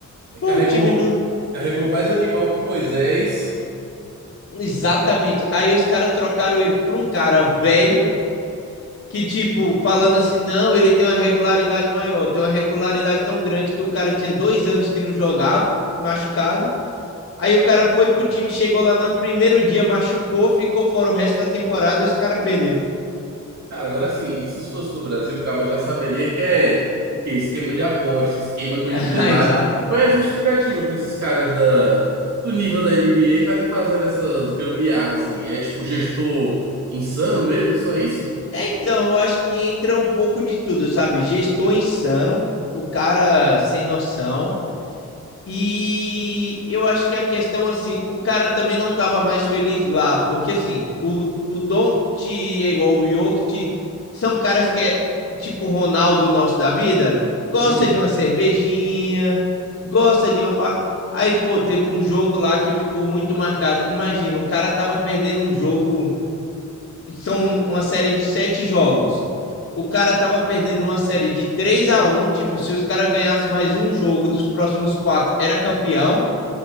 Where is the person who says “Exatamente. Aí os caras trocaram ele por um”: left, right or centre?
Left